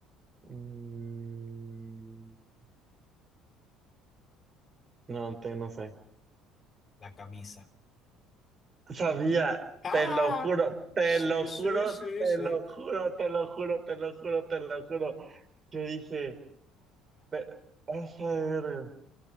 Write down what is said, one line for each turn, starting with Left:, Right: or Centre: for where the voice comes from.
Right: Mm, no, te, no sé.
Left: La camisa.
Right: Sabía,
Left: ¡Ah!
Right: te lo juro, te
Left: Sí,
Right: lo juro,
Left: sí, sí,
Right: te
Left: sí.
Right: lo juro, te lo juro, te lo juro, te lo juro. Yo dije, pero, a ver.